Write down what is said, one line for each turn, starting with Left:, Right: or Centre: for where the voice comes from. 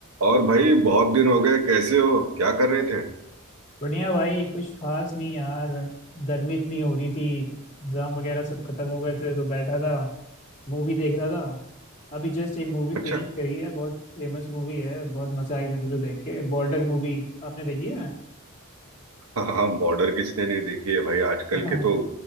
Right: और भाई बहुत दिन हो गए कैसे हो क्या कर रहे थे
Left: बढ़िया भाई कुछ खास नहीं यार गर्मी इतनी हो रही थी एग्जाम वगैरह सब खत्म हो गए थे तो बैठा था मूवी देख रहा था अभी जस्ट एक मूवी
Right: अच्छा
Left: फिनिश करी है बहुत फेमस मूवी है बहुत मजा आई मुझे तो देख के Border movie आपने देखी है
Right: हाँ हाँ बॉर्डर किसने नहीं देखी है भाई आजकल
Left: हाँ
Right: के तो